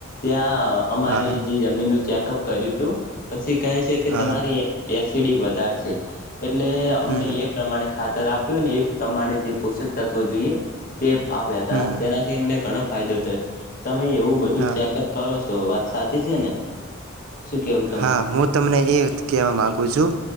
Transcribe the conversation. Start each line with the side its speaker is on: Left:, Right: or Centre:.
Left: ત્યાં અમારે
Right: હા હા
Left: જે જમીનનું ચેકઅપ કર્યું તું પછી કહે છે કે
Right: હા
Left: તમારે એસ ડિક વધાર છે. એટલે અમને
Right: હમ
Left: એ પ્રમાણે ખાતર આપ્યું ને એ પ્રમાણે જે પોષક તત્વો જોઈએ તે આપ્યા તા.
Right: હમ
Left: તેનાથી અમને ઘણો ફાયદો થયો. તમે એવું બધું
Right: હા
Left: ચેકઅપ કરો છો. વાત સાચી છે ને? શું કેવું? તમારે
Right: હા હું તમને એ કહેવા માગુ છું.